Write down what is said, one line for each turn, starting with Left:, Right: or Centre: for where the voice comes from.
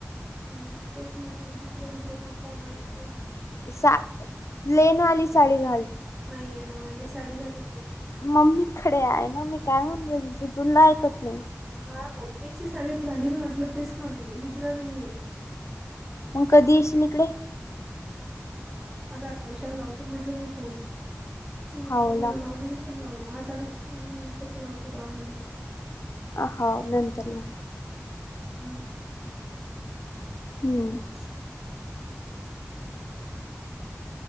Centre: हम्, तेच म्हटलं मग दुसरं लुगडं कोणताय मायाकडे
Left: सा प्लेन वाली साडी घाल.
Centre: नाही ए ना मायाकडे साडी घालीन मी.
Left: मम्मीकडे आहे ना मी काय म्हणू राहिली त तुला ऐकत नाय.
Centre: हा मम्मीची साडी घालीन म्हटलं तेच म्हणायले लुगडं नाहीये.
Left: मग कधी येशील इकडे?
Centre: आता आयुष्याला लावतो म्हटल मी फोन तू बोलली
Left: हाव
Centre: म्हणून
Left: लाव
Centre: लावली नाय. लावला तरी नंतर लावतो दहा मिनिटान.
Left: आ -हा नंतर न.
Centre: हम्.
Left: हम्म.
Centre: <inaudible>